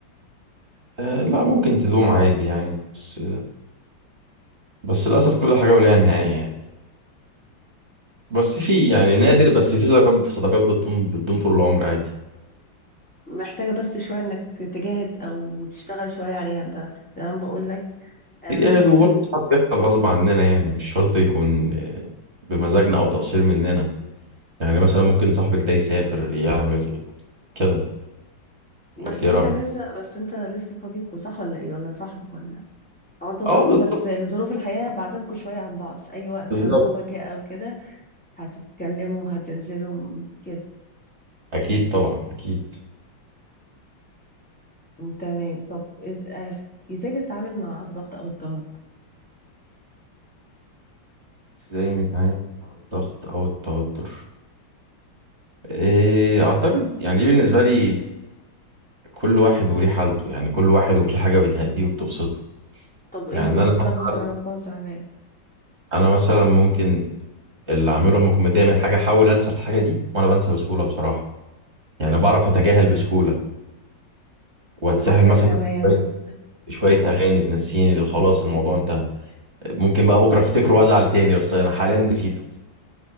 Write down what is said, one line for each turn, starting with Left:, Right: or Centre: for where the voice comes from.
Right: آه لا ممكن تدوم عادي يعني بس بس للأسف كل حاجة وليها نهاية يعني بس في يعني نادر بس في صداقات صداقات بتدوم بتدوم طول العمر عادي
Centre: محتاجة بس شوية انك تجاهد او تشتغل شوية عليها انت زي ما بقول لك آه،
Right: تجاهد
Centre: بحس
Right: وبرضه ساعات بيحصل غصب عننا يعني مش شرط يكون آه، بمزاجنا أو تقصير مننا يعني مثلا ممكن صاحبك ده يسافر يعمل كده
Centre: بس
Right: ولا أنت إيه
Centre: انت
Right: رأيك؟
Centre: لسه بس انت لسه صديقه صح ولا ايه ولا صاحبه ولا او انت صاحبه
Right: أه بالظبط
Centre: بس ظروف الحياة بعدتكوا شوية عن بعض في اي وقت
Right: بالظبط
Centre: لو هو جه او كده هتتكلموا هتنزلوا كده
Right: أكيد طبعا أكيد
Centre: تمام طب إز- آه، ازاي بتتعامل مع الضغط او التوتر
Right: ازاي نتعامل مع الضغط او التوتر إيه اعتقد يعني دي بالنسبه لي كل واحد وليه حالته يعني كل واحد وفي حاجة بتهديه وبتبسطه
Centre: طب ايه
Right: يعني
Centre: اللي بيبسطك
Right: أنا
Centre: مثلا
Right: مثلا
Centre: لما تكون زعلان
Right: أنا مثلا ممكن اللي أعمله لما أكون متضايق من حاجة أحاول أنسى الحاجة دي وأنا بنسى بسهولة بصراحة يعني بعرف أتجاهل بسهولة وأتسهل
Centre: انا عكسك
Right: مثلا
Centre: تماما
Right: بشوية شوية أغاني تنسيني اللي خلاص الموضوع انتهى ممكن بقى بكرة أفتكره وأزعل تاني بس أنا حاليا نسيته